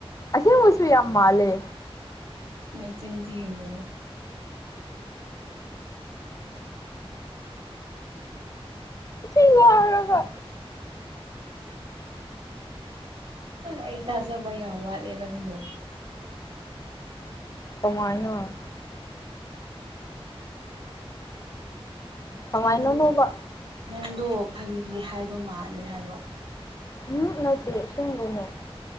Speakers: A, on the left (about 35°); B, on the right (about 60°).
A: ꯑꯁꯦꯡꯕꯁꯨ ꯌꯥꯝ ꯃꯥꯜꯂꯦ
B: ꯅꯆꯤꯟ ꯊꯤꯒꯅꯨ
A: ꯁꯤ ꯌꯥꯔꯒ
B: ꯑꯩ ꯊꯥꯖꯕ ꯌꯥꯝ ꯋꯥꯠꯂꯦ ꯅꯪꯕꯨ
A: ꯀꯃꯥꯏꯅ ꯀꯃꯥꯏꯅꯅꯣꯕ
B: ꯅꯪꯗꯨ ꯅꯪꯗꯣ ꯐꯥꯒꯤꯒꯤ ꯍꯥꯏꯕ ꯃꯥꯜꯂꯦ ꯍꯥꯏꯕ
A: ꯎꯝ ꯅꯠꯇꯦ ꯁꯤꯡꯕꯅꯦ